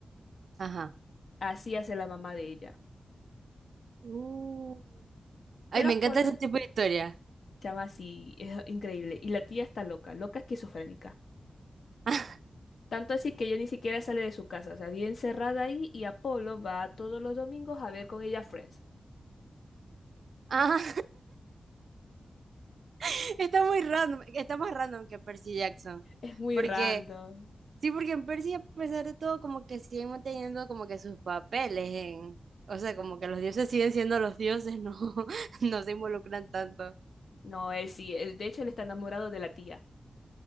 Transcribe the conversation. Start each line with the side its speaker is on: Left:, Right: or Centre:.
Right: Ajá.
Left: Así hace la mamá de ella.
Right: Uh. Ay,
Left: Pero
Right: me
Left: Apolo,
Right: encanta ese tipo de historia.
Left: Chama así, es increíble. Y la tía está loca, loca esquizofrénica.
Right: <laughs>
Left: Tanto así que ella ni siquiera sale de su casa, o sea, vive encerrada ahí y Apolo va todos los domingos a ver con ella Friends.
Right: Ah. <laughs> Está muy random, está más random que Percy Jackson.
Left: Es muy
Right: Porque,
Left: random.
Right: sí, porque en Percy, a pesar de todo, como que siguen manteniendo como que sus papeles en, o sea, como que los dioses siguen siendo los dioses, no, <laughs> no se involucran tanto.
Left: No, él sí, él- de hecho él está enamorado de la tía.